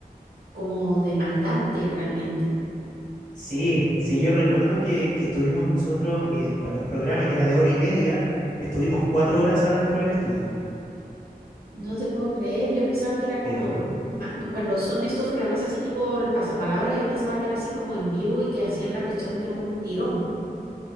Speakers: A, on the right; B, on the left.
A: como demandante realmente.
B: Sí, sí, yo recuerdo que, que estuvimos nosotros eh, para un programa que era de hora y media, estuvimos cuatro horas adentro del estudio,
A: No te puedo creer, yo pensaba que era como,
B: te juro.
A: ma- cuando son estos programas así tipo el pasapalabra, yo pensaba que era así como en vivo y que hacían la cuestión de un tirón.